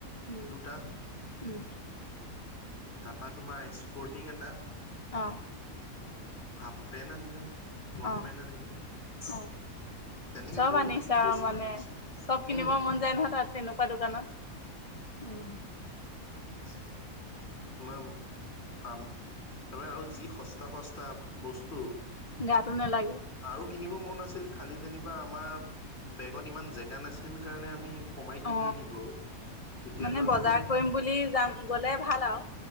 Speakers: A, on the left; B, on the left.
A: উম
B: দুটা
A: উম।
B: তাৰপা তোমাৰ স্পৰ্টিং এটা।
A: অ'।
B: হাফ পেন্ট আনিলো, লং
A: অ
B: পেন্ট আনিলো।
A: অ
B: তেনেকে
A: চব
B: বহুত
A: আনিছা
B: খিনি বস্তু
A: আৰু মানে
B: আনিছে।
A: চব কিনিব
B: উম,
A: মন যায়। নহ তাত তেনেকুৱা দোকানত, উম।
B: চ <unintelligible> তোমাৰ তাৰমাৰ আৰু যি সস্তা সস্তা বস্তু,
A: গাতো নালাগে
B: আৰু কিনিব মন আছিল। খালি যেনিবা আমাৰ বেগত ইমান জেগা নাছিল কাৰণে আমি, কমাই কিনি
A: অ
B: আনিলো আৰু কেতিয়াবা
A: মানে বজাৰ
B: যদি
A: কৰিম বুলি যাম গ'লে ভাল আৰু